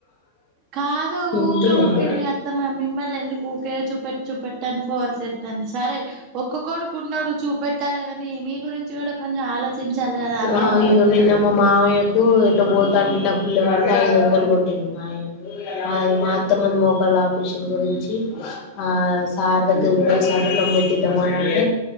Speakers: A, on the right; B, on the left.
A: కాదు
B: వింటున్నావా
A: ఊకే ఊకే మీ అత్తమ్మ మిమ్మల్ని ఎందుకు ఊకే చూపెట్ చుపట్టన్ ఫోర్స్ చేత్తంది సరే ఒక్క కొడుకు ఉన్నాడు చూపెట్టాలి కాని మీ గురించి కూడా కొంచెం ఆలోచించాలి కదా ఆమె
B: అయో నిన్న మా మామయకు ఏ టుపో టే డబ్బులు లేవంటే ఐదు వందలు కొట్టిం మా ఆయన, అది మాత్తమ్మంది మోకాళ్ళ ఆపరేషన్ గురించి, ఆ సార్ దగ్గర పో శతకం పెట్టిద్దాం అని అంటే,